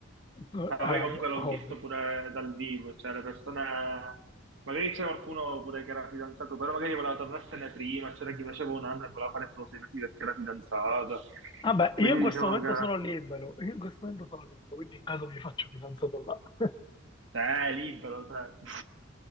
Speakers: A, on the left; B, on the right.
A: <laughs>
B: Ma poi
A: Eh, vabbè,
B: comunque l'ho
A: ovvio.
B: visto pure dal vivo, cioè le persone... Magari c'è qualcuno pure che era fidanzato, però magari voleva tornarsene prima, c'era chi faceva un anno e voleva fare solo sei mesi perché era fidanzato.
A: Vabbè,
B: Quindi
A: io in questo
B: diciamo
A: momento
B: che...
A: sono libero, io in questo momento sono libero, quindi in caso mi faccio fidanzato là. <laughs>
B: Cioè, è libero, cioè. <laughs>